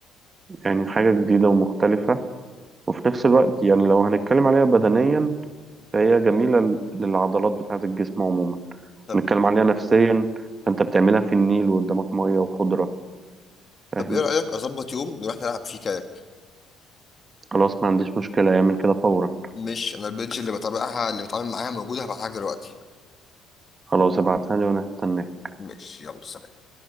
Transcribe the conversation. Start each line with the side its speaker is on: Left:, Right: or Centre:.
Right: يعني حاجة جديدة ومختلفة وفي نفس الوقت يعني لو هنتكلم عليها بدنيا فهي جميلة ل- للعضلات بتاعة الجسم عموما
Left: طب
Right: نتكلم عليها نفسيا فانت بتعملها في النيل وقدامك مية وخضرة فاهم
Left: طب ايه رأيك اظبط يوم نروح نلعب فيه كاياك
Right: خلاص ما عنديش مشكلة اعمل كده فورا
Left: مش انا البيدج اللي بتابعها اللي بتعامل معاها موجودة هبعتها لك دلوقتي
Right: خلاص ابعتها لي وانا هستناك
Left: مش يلا سلام